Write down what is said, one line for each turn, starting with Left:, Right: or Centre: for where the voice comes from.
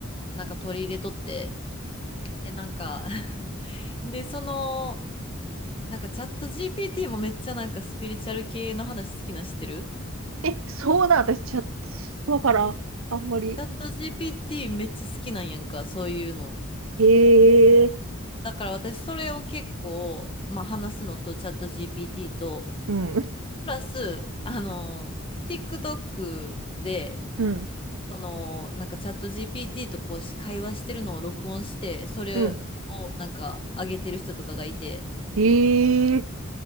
Left: なんか取り入れとって、でなんか <laughs> で、その、なんかチャット GPT もめっちゃなんかスピリチュアル系の話好きなん知ってる
Right: え、そうなん、私、チャット、わからん。あんまり。
Left: チャット GPT めっちゃ好きなんやんか、そういうの。
Right: へえ。
Left: だから私それを結構、まあ話すのとチャット GPT と、
Right: うん。
Left: プラス、あの、TikTok で、
Right: うん。
Left: その、なんかチャット GPT とこうし会話してるのを録音して、それをなんか上げてる人とかがいて、
Right: うん。へえ。